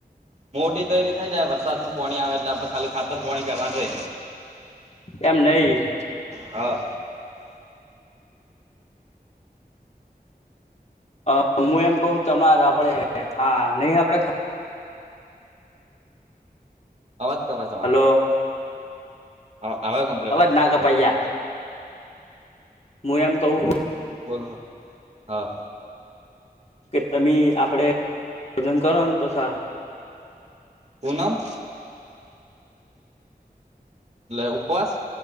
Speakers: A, on the right; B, on the left.
A: મોટી તૈયરી થઈ જાય વરસાદ નું પાણી આવે એટલે આપણે ખાલી ખાતર પાણી કરવાનું રે.
B: એમ નઈ
A: હા
B: અ હું એમ કઉ તમારે આપડે આ નહી આપડે.
A: અવાજ કપાય છે તમારો.
B: હલો
A: હા અવે કમ
B: અવાજ ના કપાઈ યાર હું એમ કઉ હું
A: બોલહ હા
B: કે તમે આપડે ભોજન કરો ન તો સારું
A: પૂનમ. લે ઉપવાસ.